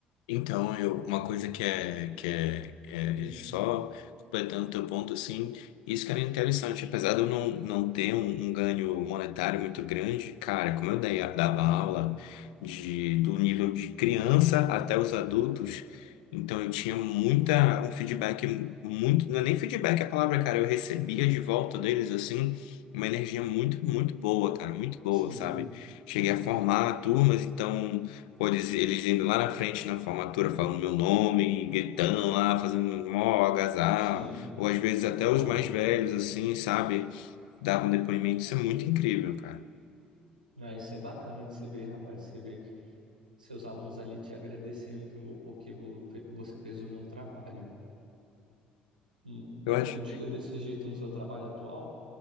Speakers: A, on the left; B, on the right.
A: Então, eu, uma
B: Ah,
A: coisa que é, que é,
B: hum,
A: é só completando o teu ponto, assim, isso que era interessante, apesar de eu não, não ter um, um ganho monetário muito grande, cara, como eu dei, dava
B: hum,
A: aula de, do nível de criança até os adultos, então eu tinha muita, um feedback muito, não é nem feedback é a palavra, cara, eu recebia de volta deles, assim, uma energia muito, muito boa, cara, muito boa,
B: sim,
A: sabe? Cheguei
B: ah,
A: a formar turmas, então. Pô, eles, eles indo lá na frente na formatura falando meu nome, gritando lá, fazendo mó agasalho.
B: sim,
A: Ou às vezes até
B: ó.
A: os mais velhos, assim, sabe? Davam depoimento. Isso é muito incrível, cara.
B: Ah, isso é bacana de se ver, rapaz. Você vê que seus alunos ali te agradecendo que, vo- porque vo- fe- você fez um bom trabalho. E, é,
A: Eu acho.
B: contigo é desse jeito no seu trabalho atual?